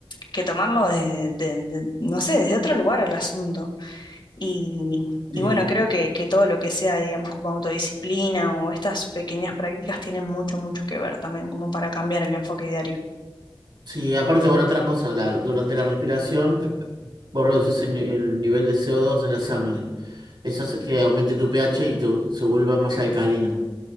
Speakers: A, on the left; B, on the right.
A: que tomarlo desde, de- de- no sé, desde otro lugar al asunto. Y, y
B: Sí,
A: bueno, creo que, que todo lo que sea, digamos, como autodisciplina o estas pequeñas prácticas tienen mucho, mucho que ver también, como para cambiar el enfoque diario.
B: sí, aparte, bueno, otra cosa, la- durante la respiración vos reducís el, ni- el nivel de co dos en la sangre. Eso hace que aumente tu pH y te- se vuelva más alcalino.